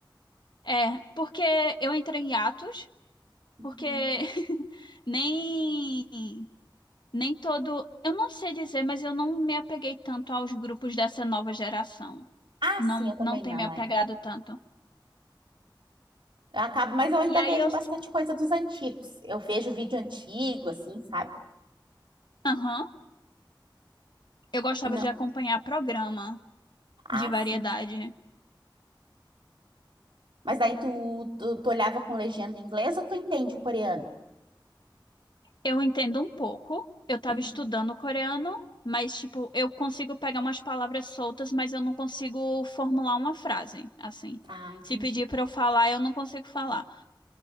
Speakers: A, on the left; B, on the right.
A: é, porque eu entrei em atos
B: Uhum.
A: Porque <laughs> nem nem todo, eu não sei dizer, mas eu não me apeguei tanto aos grupos dessa nova geração.
B: Ah,
A: Não
B: sim, eu também
A: não tem
B: não,
A: me apegado
B: é.
A: tanto.
B: Eu acabo, mas eu ainda
A: E aí
B: vejo
A: eu,
B: bastante coisa dos antigos. Eu vejo vídeo antigo, assim, sabe?
A: aham, eu gostava
B: E não.
A: de acompanhar programa
B: Ah,
A: de variedade.
B: sim. Mas daí tu, tu, tu olhava com legenda em inglês ou tu entende o coreano?
A: Eu entendo um pouco. Eu estava
B: Uhum.
A: estudando coreano, mas tipo, eu consigo pegar umas palavras soltas, mas eu não consigo formular uma frase, assim.
B: Ah, entendi.
A: Se pedir para eu falar, eu não consigo falar.